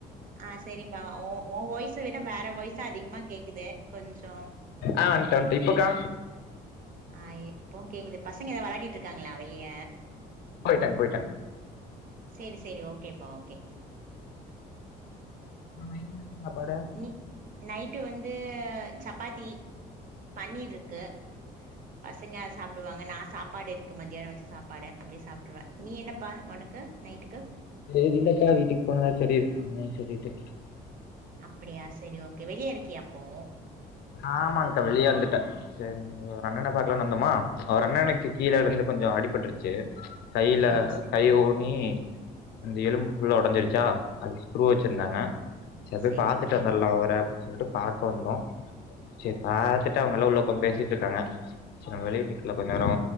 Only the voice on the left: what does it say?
ஆ வன்ட்டே வன்ட்டே இப்பக்கா
போயிட்டாங்க போயிட்டாங்க
அப்பறோ நைட்டு என்னக்கா சாப்பாடு
தெரிலக்கா வீட்டுக்கு போனதா தெரியு என்னன்னு சொல்லிட்டு
ஆமாங்க்கா வெளிய வந்துட்டே சேரிங்க ஒரு அண்ணன பாக்கலான்னு வந்தமா ஒரு அண்ணனுக்கு கீழே விழுந்து கொஞ்சோ அடிபட்டுருச்சி கைல
கை
ஓ நீ இந்த எலும்பு ஃபுல்லா ஒடஞ்சிருச்சா அதுக்கு ஸ்குரு வச்சிருந்தாங்க சரி போய்
பாத்துட்டு வந்துறலா அவர அப்டின்னு சொல்லிட்டு பாக்க வந்தோ செரி பாத்துட்டு அவங்கல்லா உள்ள ஒக்காந்து பேசிட்டு இருக்காங்க செரி நம்ப வெளிய நிக்கலா கொஞ்ச நேரோ